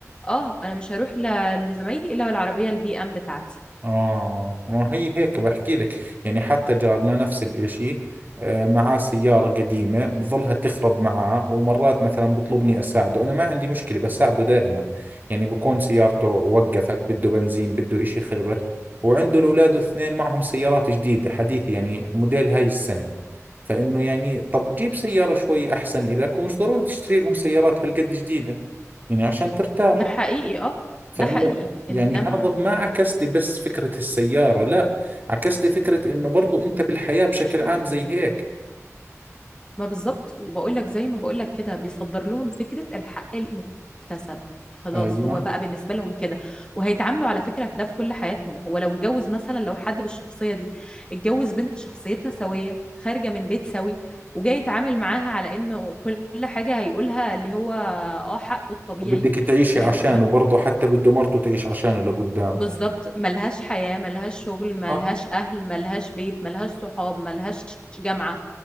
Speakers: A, on the left (about 15°); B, on the right (about 35°).
A: اه انا مش هروح ل- لزمايلي الا بالعربيه البي ام بتاعتي
B: آه ما هي هيك بحكي لك يعني حتى جارنا نفس الإشي آه، معاه سيارة قديمة بظلها تخرب معاه ومرات مثلا بطلبني أساعده أنا ما عندي مشكلة بساعده دائما يعني بكون سيارته وقفت بده بنزين بده إشي خربت وعنده الأولاد الاثنين معهم سيارات جديدة حديثة يعني موديل هاي السنة فإنه يعني طب جيب سيارة شوي أحسن إلك ومش ضروري تشتري لهم سيارات هالقد جديدة يعني عشان ترتاح
A: ده حقيقي اه
B: فانه
A: ده حقيقي
B: يعني
A: انما
B: هذا ما عكس لي بس فكرة السيارة لا عكس لي فكرة انه برضو انت بالحياة بشكل عام زي هيك
A: ما بالظبط وبقول لك زي ما بقول لك كده بيصدر لهم فكرة الحق المكتسب خلاص
B: ايوه
A: هو بقى بالنسبة لهم كده وهيتعاملوا على فكرة في ده في كل حياتهم هو لو اتجوز مثلا لو حد بالشخصية دي اتجوز بنت شخصيتها سوية خارجة من بيت سوي وجاي يتعامل معاها على انه كل حاجة هيقولها اللي هو اه حقه الطبيعي
B: وبدك تعيشي
A: وان
B: عشانه
A: ما-
B: برضو حتى بده مرته تعيش عشانه لقدام
A: بالظبط ملهاش حياة ملهاش شغل ملهاش
B: صح
A: اهل ملهاش بيت ملهاش صحاب ملهاش جامعة